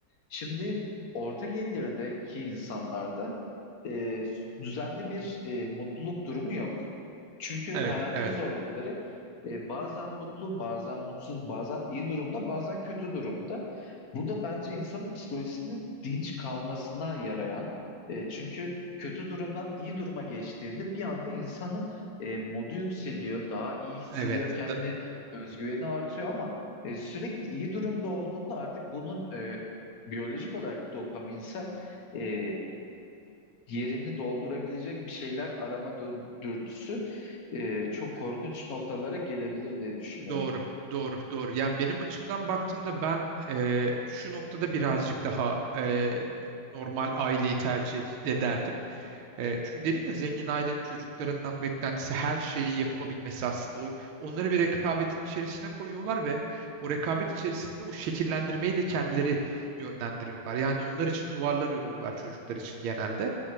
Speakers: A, on the left; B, on the right.
A: şimdi orta gelirdeki insanlarda e, düzenli bir e, mutluluk durumu
B: hı, hı.
A: yok. Çünkü
B: Evet,
A: hayatın
B: evet.
A: zorlukları e, bazen mutlu, bazen mutsuz, bazen iyi durumda, bazen kötü durumda. Bu da bence insanın psikolojisinin dinç kalmasına yarayan. E, çünkü kötü durumdan iyi duruma geçtiğinde bir anda insanın e, modu yükseliyor, daha iyi hissediyor
B: Evet.
A: kendini,
B: da-
A: özgüveni artıyor ama e, sürekli iyi durumda olduğunda artık bunun e, biyolojik olarak dopaminsel e, yerini doldurabilecek bir şeyler arama dür- dürtüsü e, çok
B: Hı.
A: korkunç noktalara gelebilir diye düşünüyorum.
B: Doğru, doğru, doğru. Yani benim açımdan baktığımda ben eee, şu noktada birazcık daha eee, normal aileyi tercih ed- ederdim. Eee, çünkü dedin ya zengin ailenin çocuklarından beklentisi her şeyi yapabilmesi aslında. O, onları bir rekabetin içerisine koyuyorlar ve o rekabet içerisinde o şekillendirmeyi de kendileri yönlendiriyorlar. Yani onlar için duvarlar örüyorlar çocuklar için genelde.